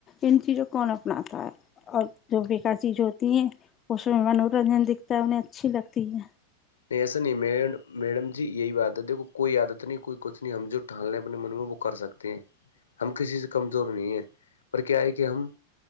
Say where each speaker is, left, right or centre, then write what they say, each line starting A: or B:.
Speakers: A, on the left; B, on the left.
A: ان چیزوں کون اپناتا ہے اور جو بیکار چیز ہوتی ہیں اس میں منورنجن دکھتا ہے انہیں اچھی لگتی ہے
B: نہیں ایسا نہیں میڈم جی یہی بات ہے دیکھ کوئی عادت نہیں کوئی کچھ نہیں ہم جو ٹھالنے اپنے من میں وہ کر سکتے ہیں ہم کسی سے کمزور نہیں ہے پر کیا ہے کہ ہم